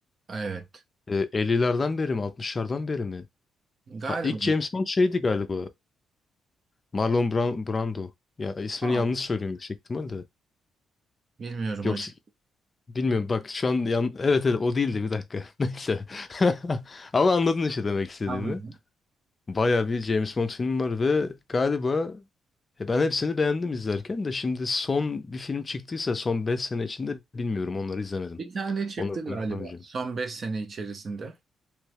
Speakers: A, on the right (about 40°); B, on the left (about 25°).
A: Evet.
B: E, 50'lerden beri mi Altmışlardan beri mi?
A: Galiba.
B: Ha, ilk James Bond şeydi galiba. Marlon Bran- Brando. Ya ismini
A: Aa,
B: yanlış söylüyorum yüksek ihtimalle.
A: Bilmiyorum
B: Yoksa
A: hocam.
B: bilmiyorum bak şu an yan... evet evet o değildi bir dakika. <laughs> Neyse. <laughs> Ama anladın işte demek istediğimi.
A: anladım.
B: Baya bir James Bond filmi var ve galiba e, ben hepsini beğendim izlerken de şimdi son bir film çıktıysa son 5 sene içinde bilmiyorum onları izlemedim.
A: Bir tane çıktı
B: Onları
A: galiba
B: öğrenemeyeceğim.
A: son 5 sene içerisinde.